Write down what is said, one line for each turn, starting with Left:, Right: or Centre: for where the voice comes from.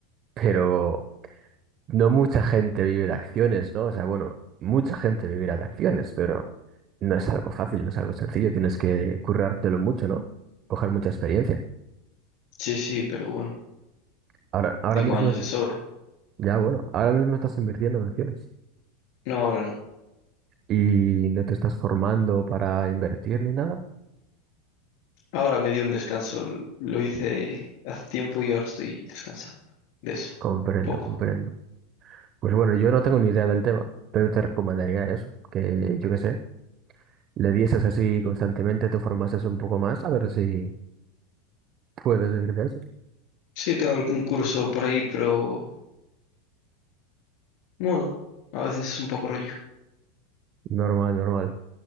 Right: Pero no mucha gente vive de acciones, ¿no? O sea, bueno, mucha gente vivirá de acciones, pero no es algo fácil, no es algo sencillo. Tienes que currártelo mucho, ¿no? Coger mucha experiencia.
Left: Sí, sí, pero bueno.
Right: Ahora, ahora
Left: Tengo
Right: mismo,
Left: años de sobra.
Right: ya bueno, ahora mismo estás invirtiendo en acciones.
Left: No, ahora no.
Right: y no te estás formando para invertir ni nada.
Left: Ahora me di un descanso. l- Lo hice hace tiempo y ahora estoy descansando de eso,
Right: Comprendo,
Left: un poco.
Right: comprendo. Pues bueno, yo no tengo ni idea del tema, pero te recomendaría eso, que yo qué sé, le dieses así constantemente, te formases un poco más, a ver si puedes vivir de eso.
Left: Sí, tengo algún curso por ahí, pero bueno, a veces es un poco rollo.
Right: Normal, normal.